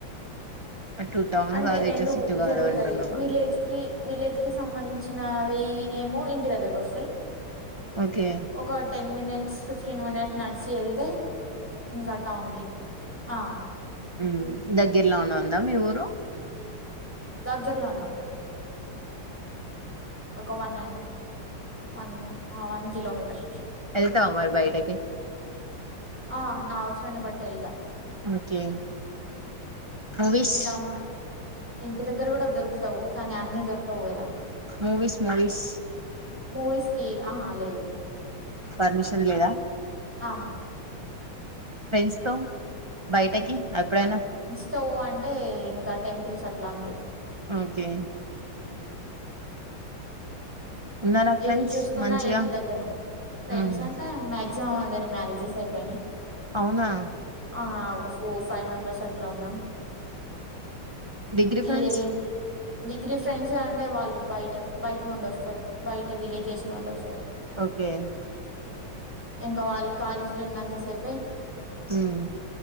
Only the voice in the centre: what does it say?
అంటే
రెండు
జరుగుతది
విలేజ్ కి విలేజ్ కి సంబంధించినవి ఏమో ఇంటి దగ్గరకి వస్తాయి.
ఒక టెన్ మినిట్ ఫిఫ్టీన్ మినిట్స్ నడిచి యెళ్తే ఇంకా టౌన్ కి ఆ
దగ్గరలోనే ఉంటది. ఒక one and one. One kilometre
ఆ నా అవసరాన్ని బట్టి వెళ్తా.
ఇంకా అమ్మ ఇంటి దగ్గర కూడా దొరుకుతావు. కానీ అన్ని దొరకవు కదా.
Movies కి ఆహా లేదు.
ఆహా
సో అంటే ఇంకా టెంపుల్స్ అట్లా అంతే.
ఏవి చూసుకున్నా
ఇంటి దగ్గర ఫ్రెండ్స్
అంటే మ్యాగ జిమం అందరి మ్యారేజెస్ అయిపోయినాయి.
ఆ ఒక ఫోర్ ఫైవ్ మెంబర్స్ అట్లా ఉన్నాం.
ఇయరింగ్ డిగ్రీ ఫ్రెండ్స్ అంటే వాళ్ళు బయట బయట నుండి వస్తారు. బయట విలేజెస్ నుండి వస్తారు.
ఇంకా వాళ్ళు కాలేజీ లో ఉన్నంత సేపే,